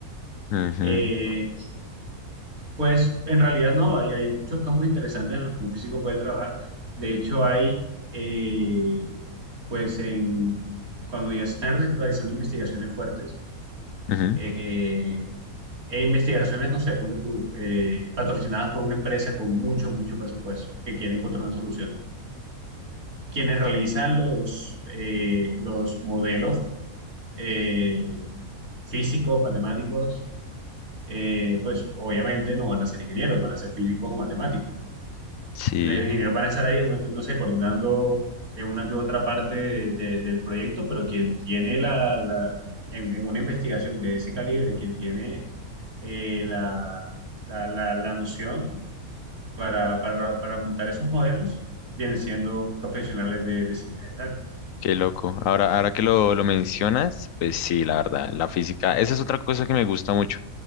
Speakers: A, on the left (about 70°); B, on the right (about 80°).
A: Ujú,
B: Eh, pues, en realidad no, hay, hay muchos campos interesantes en los que un físico puede trabajar. De hecho, hay, eh, pues, en, cuando ya están re- realizando investigaciones fuertes,
A: ujú.
B: eh, e investigaciones, no sé, ponle tú, eh, patrocinadas por una empresa con mucho, mucho presupuesto que quiere encontrar una solución. Quienes realizan los, eh, los modelos eh, físicos, matemáticos, eh, pues obviamente no van a ser ingenieros, van a ser físicos o matemáticos
A: Sí,
B: los ingenieros van a estar ahí, una que- no sé, coordinando eh, una que otra parte de- de- del proyecto, pero quien tiene la, la- en, en una investigación de ese calibre, quien tiene eh, la, la, la, la noción para, para, para montar esos modelos, vienen siendo profesionales de, de ciencias exactas.
A: qué loco. Ahora, ahora que lo, lo mencionas, pues sí, la verdad, la física, esa es otra cosa que me gusta mucho.